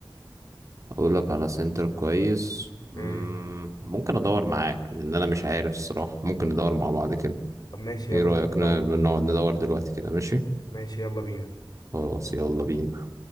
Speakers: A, on the right; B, on the left.
A: اقول لك على سنتر كويس مم،
B: امم.
A: ممكن ادور معاك لان انا مش عارف الصراحة ممكن ندور مع بعض كده
B: طب ماشي يلا
A: ايه رأيك
B: بينا
A: ن-
B: دور
A: نقعد ندور دلوقتي كده ماشي
B: ماشي يلا بينا
A: خلاص يلا بينا